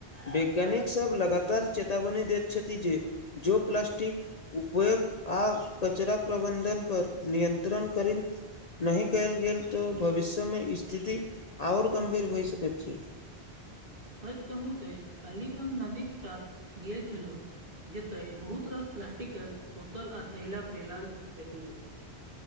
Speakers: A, on the left; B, on the right.
A: वैज्ञानिक सब लगातार चेतावनी दैत छथि जे जो प्लास्टिक उपयोग आ कचरा प्रबन्धन पर नियंत्रण कर नहि कयल गेल तऽ भविष्यमे स्थिति आओर गम्भीर होइत सकैत छि
B: सचकहू ते की हम नदी क कात गेल छलौ जेते बहुत रास प्लास्टिक के बोतल आ थैला फैलाल देखलु